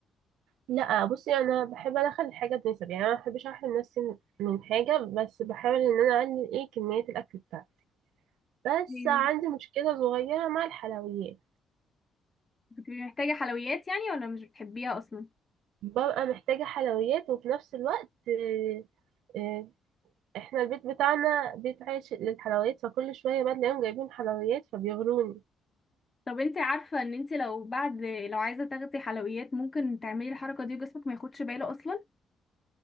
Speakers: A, on the right; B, on the left.
A: لا بصي انا بحب ادخل الحاجه بنسب يعني انا ما بحبش احرم نفسي من حاجه بس بحاول ان انا اقلل ايه كميه الاكل بتاعي بس
B: ايوه
A: عندي مشكلة صغيرة مع الحلويات
B: بتبقي محتاجه حلويات يعني ولا مش بتحبيها اصلا
A: ببقى محتاجة حلويات وفي نفس الوقت آه، آه، احنا البيت بتاعنا بيت عايش للحلويات فكل شوية بقى تلاقيهم جايبين حلويات فبيغروني
B: طب انت عارفه ان انت لو بعد لو عايزه تاخدي حلويات ممكن تعملي الحركه دي وجسمك ما ياخدش باله اصلا